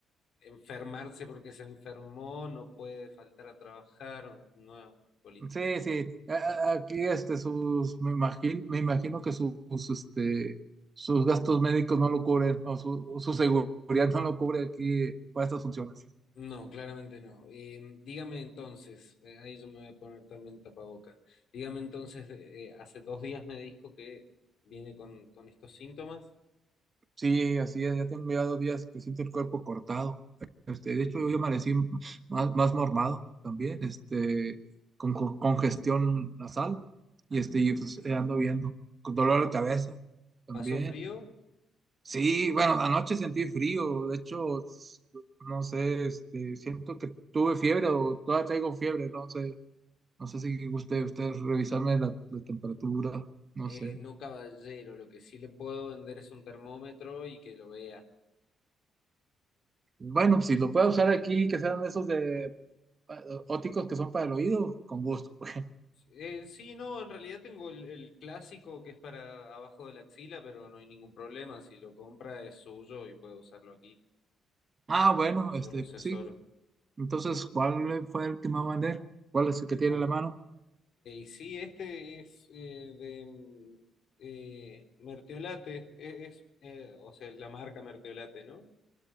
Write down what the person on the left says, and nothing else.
enfermarse porque se enfermó, no puede faltar a trabajar, nuevas políticas.
No, claramente no. Eh, dígame entonces, eh, ahí yo me voy a poner también tapaboca. Dígame entonces, eh, hace dos días me dijo que viene con, con estos síntomas.
¿Pasó frío?
Eh,
no, caballero, lo que sí le puedo vender es un termómetro y que lo vea.
Eh, sí, no, en realidad tengo el, el clásico que es para abajo de la axila, pero no hay ningún problema. Si lo compra es suyo y puede usarlo aquí
y,
y
yo lo asesoro.
Ok,
sí, este es eh, de mm, eh, Mertiolate, e- es, eh, o sea, es la marca Mertiolate, ¿no?